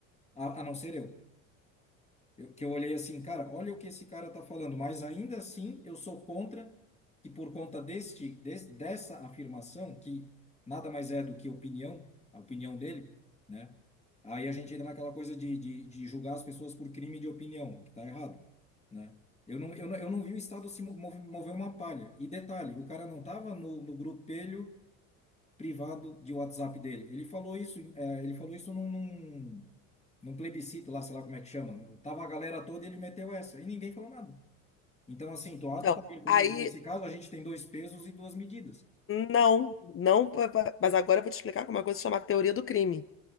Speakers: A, on the left; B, on the left.
A: a, a não ser eu. Eu, que eu olhei assim, cara, olha o que esse cara tá falando, mas ainda assim eu sou contra que por conta deste, des- dessa afirmação, que nada mais é do que opinião, a opinião dele, né? Aí a gente entra naquela coisa de, de, de julgar as pessoas por crime de opinião, que tá errado, né? Eu não, eu não, eu não vi o Estado se mo- mover mover uma palha. E detalhe, o cara não tava no, no grupelho privado de WhatsApp dele. Ele falou isso, em- eh, ele falou isso num, num, num plebiscito lá, sei lá como é que chama. né? Tava a galera toda e ele meteu essa e ninguém falou nada. Então, assim, tu há
B: Então,
A: de convir comigo
B: aí,
A: que nesse caso a gente tem dois pesos e duas medidas.
B: não, não, pa- pa- mas agora eu vou te explicar como uma coisa chamada teoria do crime.